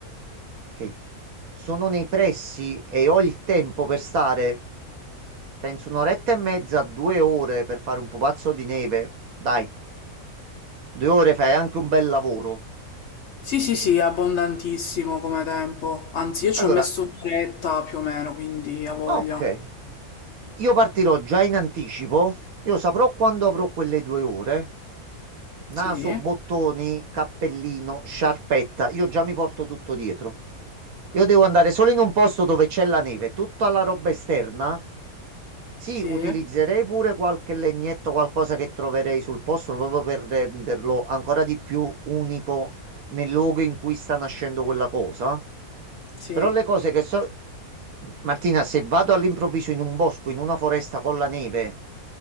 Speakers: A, on the right; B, on the left.
A: che sono nei pressi e ho il tempo per stare, penso un'oretta e mezza, due ore per fare un pupazzo di neve, dai. Due ore fai anche un bel lavoro.
B: Sì, sì, sì, è abbondantissimo come tempo. Anzi, io ci
A: Allora,
B: ho messo un'oretta più o meno, quindi a voglia.
A: ok, io partirò già in anticipo. Io saprò quando avrò quelle due ore. Naso,
B: Sì,
A: bottoni, cappellino, sciarpetta. Io già mi porto tutto dietro. Io devo andare solo in un posto dove c'è la neve. Tutta la roba esterna Sì,
B: sì,
A: utilizzerei pure qualche legnetto, qualcosa che troverei sul posto, proprio per renderlo ancora di più unico nel luogo in cui sta nascendo quella cosa.
B: sì.
A: Però le cose che so... Martina, se vado all'improvviso in un bosco, in una foresta con la neve,